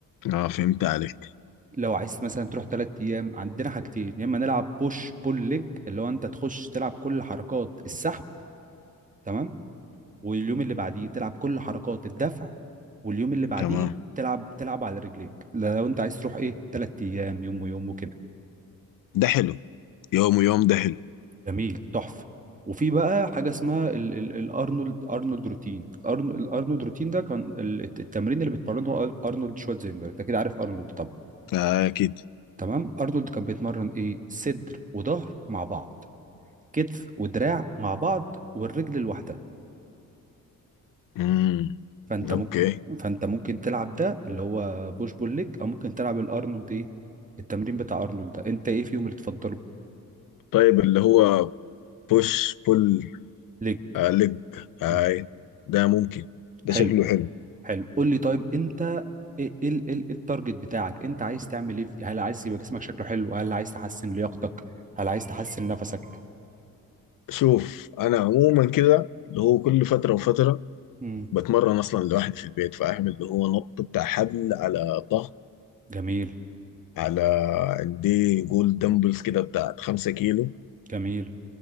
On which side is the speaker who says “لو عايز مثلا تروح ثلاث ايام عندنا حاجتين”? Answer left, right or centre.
Right